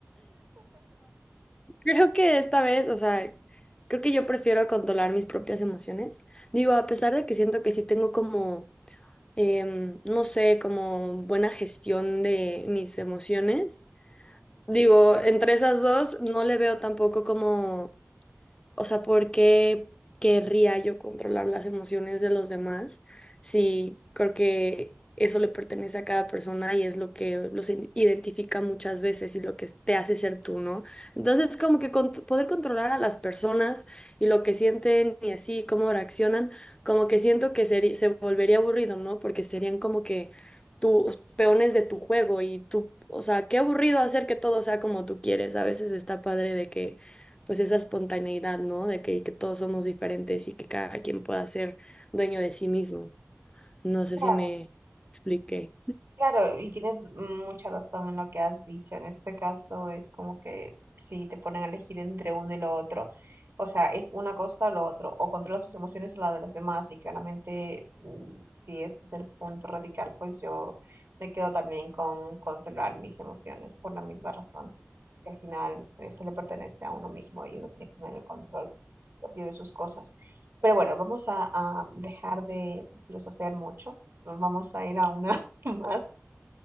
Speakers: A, on the left; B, on the right.
A: Creo que esta vez, o sea, creo que yo prefiero controlar mis propias emociones. Digo, a pesar de que siento que sí tengo como, em, no sé, como buena gestión de mis emociones. Digo, entre esas dos no le veo tampoco como o sea, ¿por qué querría yo controlar las emociones de los demás? Sí, creo que eso le pertenece a cada persona y es lo que los in- identifica muchas veces y lo que te hace ser tú, ¿no? Entonces, como que cont- poder controlar a las personas y lo que sienten y así, cómo reaccionan, como que siento que seri- se volvería aburrido, ¿no? Porque serían como que tus peones de tu juego y tú, o sea, qué aburrido hacer que todo sea como tú quieres. A veces está padre de que pues esa espontaneidad, ¿no? De que, que todos somos diferentes y que cada quien pueda ser dueño de sí mismo. No sé
B: <laughs>
A: si me expliqué.
B: Claro, y tienes mucha razón en lo que has dicho. En este caso es como que si te ponen a elegir entre uno y lo otro, o sea, es una cosa o lo otro, o controlas tus emociones o la de los demás, y claramente mm, si ese es el punto radical, pues yo me quedo también con controlar mis emociones por la misma razón, porque al final eso le pertenece a uno mismo y uno tiene que tener el control propio de sus cosas. Pero bueno, vamos a, a dejar de filosofear mucho, nos vamos a ir a una <laughs> más